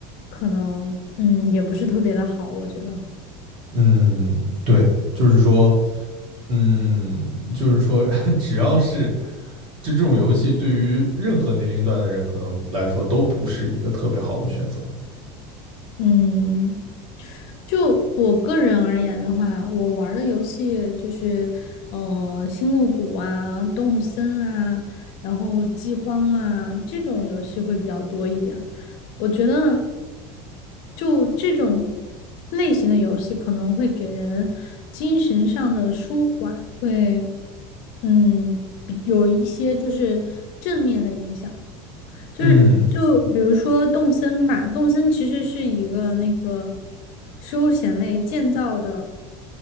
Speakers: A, on the left (about 50°); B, on the right (about 35°).
A: 可能嗯也不是特别的好，我觉得
B: 嗯，对，就是说，嗯，就是说，<laughs> 只要是就这种游戏，对于任何年龄段的人可能来说都不是一个特别好的选择。
A: 嗯。就我个人而言的话，我玩儿的游戏就是，呃，星露谷啊、动森啊，然后饥荒啊这种游戏会比较多一点儿。我觉得，就这种类型的游戏可能会给人精神上的舒缓，会嗯有一些就是正面的影响。就是就比如说动森吧，
B: 嗯
A: 《动森其实是一个那个休闲类建造的，